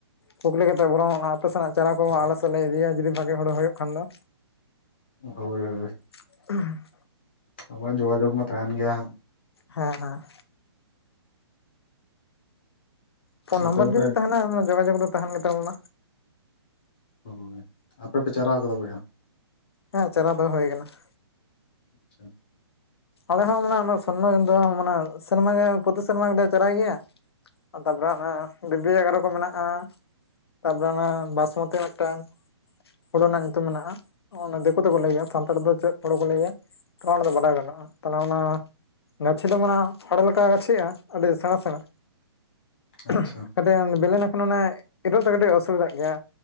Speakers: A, on the left; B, on the left.
A: ᱠᱩᱠᱞᱤ ᱠᱟᱛᱮᱫ ᱵᱚᱨᱚᱝ ᱟᱯᱮ ᱥᱮᱱᱟᱜ ᱪᱟᱨᱟ ᱠᱚ ᱟᱞᱮ ᱥᱮᱫ ᱞᱮ ᱤᱫᱤᱭᱟ ᱡᱩᱫᱤ ᱵᱷᱟᱜᱮ ᱦᱳᱲᱳ ᱦᱩᱭᱩᱜ ᱠᱷᱟᱱ ᱫᱚ
B: ᱦᱳᱭ ᱦᱳᱭ
A: <unintelligible>
B: ᱱᱚᱜᱼᱚᱭ ᱡᱳᱜᱟ ᱡᱳᱜᱽ ᱢᱟ ᱛᱟᱦᱮᱸᱱ ᱜᱮᱭᱟ ᱦᱟᱸᱜ
A: ᱦᱮᱸ ᱦᱮᱸ ᱯᱷᱳᱱ ᱱᱟᱢᱵᱟᱨ
B: ᱟᱯᱮ ᱫᱚᱯᱮ
A: ᱡᱩᱫᱤ ᱛᱟᱦᱮᱸᱱᱟ ᱡᱳᱜᱟ ᱡᱳᱜᱽ ᱫᱚ ᱛᱟᱦᱮᱸᱱ ᱜᱮ ᱛᱟᱵᱚᱱᱟ
B: ᱦᱳᱭ ᱟᱯᱮ ᱯᱮ ᱪᱟᱨᱟ ᱠᱟᱫᱟ ᱵᱚᱭᱦᱟ?
A: ᱦᱮᱸ ᱪᱟᱨᱟ ᱫᱚ ᱦᱳᱭ ᱠᱟᱱᱟ ᱾
B: ᱟᱪᱪᱷᱟ ᱾
A: ᱟᱞᱮ ᱦᱚᱸ ᱢᱟᱱᱮ ᱚᱱᱟ ᱥᱚᱨᱱᱚ ᱤᱭᱟᱹ ᱫᱚ ᱢᱟᱱᱮ ᱥᱮᱨᱢᱟ ᱨᱮ ᱯᱨᱚᱛᱤ ᱥᱮᱨᱢᱟ ᱜᱮᱞᱮ ᱪᱟᱨᱟᱭ ᱜᱮᱭᱟ ᱾ ᱛᱟᱯᱚᱨᱮ ᱚᱱᱮ ᱵᱤᱵᱤ ᱮᱜᱟᱨᱚ ᱠᱚ ᱢᱮᱱᱟᱜᱼᱟ ᱾ ᱛᱟᱨᱯᱚᱨᱮ ᱚᱱᱟ ᱵᱟᱥᱢᱚᱛᱤ ᱢᱤᱫᱴᱟᱹᱝ ᱾ ᱦᱩᱲᱳ ᱨᱮᱱᱟᱜ ᱧᱩᱛᱩᱢ ᱢᱮᱱᱟᱜᱼᱟ, ᱫᱤᱠᱩ ᱛᱮᱠᱚ ᱞᱟᱹᱭ ᱜᱮᱭᱟ ᱾ ᱥᱟᱱᱛᱟᱲ ᱛᱮ ᱫᱚ ᱪᱮᱫ ᱦᱳᱲᱳ ᱠᱚ ᱞᱟᱹᱭ ᱜᱮᱭᱟ? <unintelligible> ᱚᱱᱟ ᱫᱚ ᱵᱟᱰᱟᱭ ᱵᱟᱹᱱᱩᱜᱼᱟ ᱾ ᱛᱟᱞᱦᱮ ᱚᱱᱟ ᱜᱟᱪᱷᱤ ᱫᱚ ᱢᱟᱱᱮ ᱦᱳᱲᱳ ᱞᱮᱠᱟ ᱜᱮ ᱜᱟᱪᱷᱤᱜᱼᱟ ᱟᱹᱰᱤ ᱥᱮᱬᱟ ᱥᱮᱬᱟ <inaudible>
B: ᱟᱪᱪᱷᱟ
A: ᱠᱟᱹᱴᱤᱡ ᱵᱮᱹᱞᱮᱹ ᱞᱮᱱᱠᱷᱟᱱ ᱚᱱᱮ ᱤᱨᱳᱜ ᱫᱚ ᱠᱟᱹᱴᱤᱡ ᱚᱥᱩᱵᱤᱫᱷᱟᱜ ᱜᱮᱭᱟ